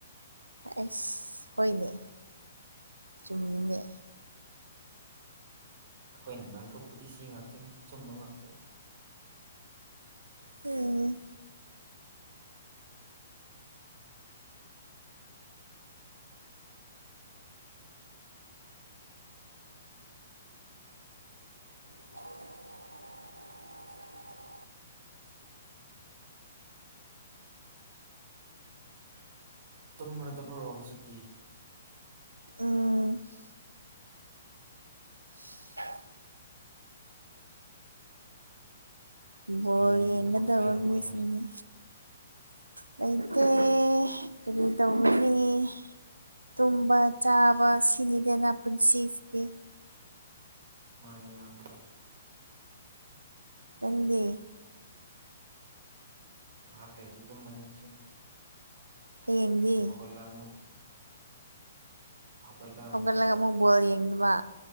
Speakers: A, on the right; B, on the right.
A: ꯑꯁ ꯍꯣꯏꯅꯦ ꯆꯨꯝꯃꯤꯅꯦ
B: ꯑꯩꯈꯣꯏꯅ ꯉꯥꯡꯊꯣꯛꯄꯗꯤ ꯁꯤ ꯉꯥꯛꯇꯅꯤ ꯑꯆꯨꯝꯕ ꯉꯥꯛꯇ
A: ꯎꯝ <inaudible>
B: ꯇꯨꯝꯔꯗꯕ꯭ꯔꯣ ꯍꯧꯖꯤꯛꯇꯤ
A: ꯎꯝ <unintelligible> ꯕꯣꯜ
B: ꯍꯌꯦꯡꯗꯤ
A: ꯌꯦꯡꯒꯗꯕ
B: ꯊꯕꯛꯁꯨ ꯂꯩꯔꯝꯃꯣꯏꯅ
A: ꯃꯤ ꯁꯤꯅꯤ ꯂꯩꯇꯦ ꯀꯔꯤ ꯇꯧꯅꯤ ꯇꯨꯝꯕ ꯆꯥꯕ ꯁꯤꯅꯤꯗꯅ ꯄꯨꯟꯁꯤꯁꯤꯗꯤ
B: ꯃꯥꯅꯤ ꯃꯥꯅꯤ
A: ꯅꯪꯗꯤ
B: ꯉꯥꯏꯍꯥꯛ ꯂꯩꯔꯗꯤ ꯇꯨꯝꯃꯅꯤ ꯑꯩꯁꯨ
A: ꯍꯌꯦꯡꯗꯤ
B: ꯑꯗꯨ ꯍꯧꯒꯠꯂ ꯑꯃꯨꯛ ꯍꯧꯒꯠꯂ
A: ꯍꯧꯒꯠꯂꯒ
B: ꯑꯃꯨꯛꯀ
A: ꯑꯃꯨꯛ ꯕꯣꯜ ꯌꯦꯡꯅꯕ